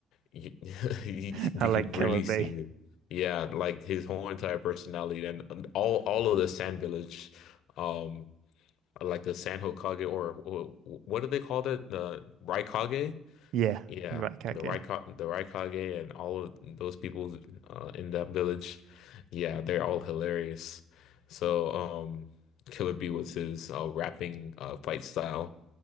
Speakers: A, on the left; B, on the right.
A: you, <laughs> we
B: <laughs> I like
A: could
B: Killer
A: really
B: Bee.
A: see him. Yeah, like his whole entire personality and and all all of the Sand Village, um, like the San Hokage or, or what do they call it? The Raikage?
B: Yeah,
A: Yeah,
B: the Rat Cat
A: the
B: game.
A: Raikage, the Raikage and all of those people uh, in that village, yeah, they're all hilarious. So, um, Killer Bee was his uh, rapping uh, fight style.